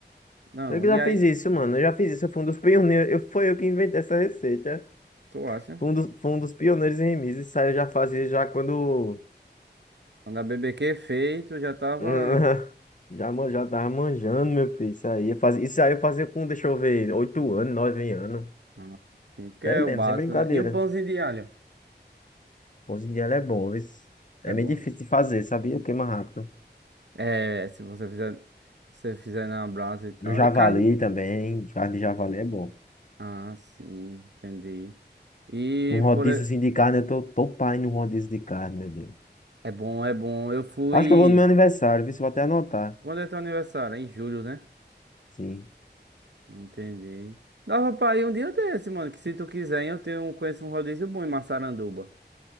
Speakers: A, on the right (about 75°); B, on the left (about 45°).
A: Não,
B: Eu que
A: e
B: já
A: aí,
B: fiz isso, mano. Eu já fiz isso. Eu fui um dos pioneiros. Eu, foi eu que inventei essa receita.
A: tu acha?
B: Fui um dos, fui um dos pioneiros em remis. Isso aí eu já fazia já quando.
A: Quando a BBQ feito, já tava
B: <laughs> Já, man- já tava manjando, meu filho. Isso aí eu fazia, isso aí eu fazia com, deixa eu ver, oito anos, nove anos.
A: ah, assim, que
B: Sério
A: é o
B: mesmo,
A: básico,
B: sem brincadeira.
A: né? E um pãozinho de alho,
B: Pose de ela é bom, viu? É
A: que é bom,
B: meio difícil
A: né?
B: de fazer, sabia? Queima rápido.
A: É, se você fizer, se você fizer na brasa e tal.
B: No javali
A: E carne.
B: também, carne de javali é bom.
A: Ah, sim, entendi. E
B: Um rodízio
A: por. e-
B: assim de carne, eu tô, tô pai num rodízio de carne, meu Deus.
A: É bom, é bom. Eu fui.
B: Acho que eu vou no meu aniversário, viu? Se eu vou até anotar.
A: Quando é teu aniversário? Em julho, né?
B: Sim.
A: Entendi. Dava pra ir um dia desse, mano. Que se tu quiser, eu tenho, um- conheço um rodízio bom em Massaranduba.